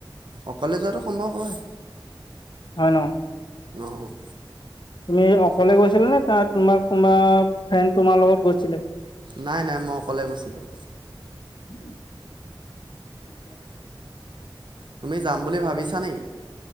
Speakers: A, on the right (about 60°); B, on the left (about 60°).
A: অকলে যোৱাটো সম্ভৱ হয়।
B: হয় ন?
A: অ'।
B: তুমি অকলে গৈছিলা নে ত তোমাক তোাৰ ফ্ৰেণ্ড তোমাৰ লগত গৈছিলে?
A: নাই নাই মই অকলে গৈছিলোঁ।
B: <inaudible>
A: তুমি যাম বুলি ভাবিছা নে?